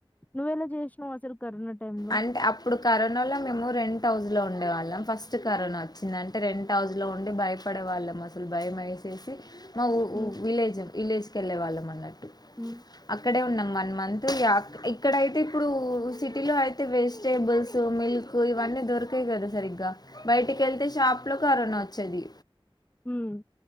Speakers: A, on the left (about 15°); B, on the left (about 45°).
A: నువ్వెలా చేసినావు అసలు కరోనా టైమ్ లో
B: అంటే అప్పుడు కరోనా లో మేము రెంట్ హౌస్ లో ఉండే వాళ్ళం ఫస్ట్ కరోన వచ్చిందంటే రెంట్ హౌస్ లో ఉండి భయపడే వాళ్ళం అసలు భయం వేసేసి మా ఊ
A: హ్మ్
B: ఊ విలేజ్ విలేజ్ కి వెళ్ళే వాళ్ళం అన్నట్టు
A: హ్మ్
B: అక్కడే ఉన్నాం వన్ మంత్ ఇగ ఇక్కడయితే ఇప్పుడు సిటీలో అయితే వెజిటేబుల్స్ మిల్క్ కు ఇవన్నీ దొరికావు కదా సరిగ్గా బయటికి వెళ్తే షాప్ లో కరోనా వచ్చేది
A: ఉమ్